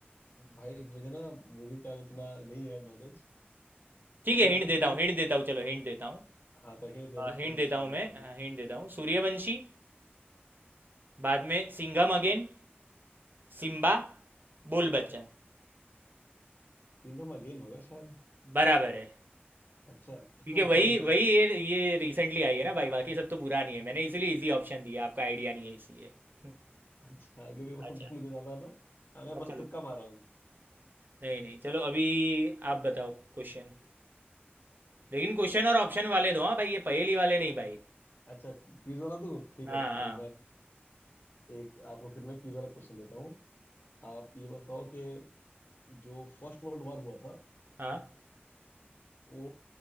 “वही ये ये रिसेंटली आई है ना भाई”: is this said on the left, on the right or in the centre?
Right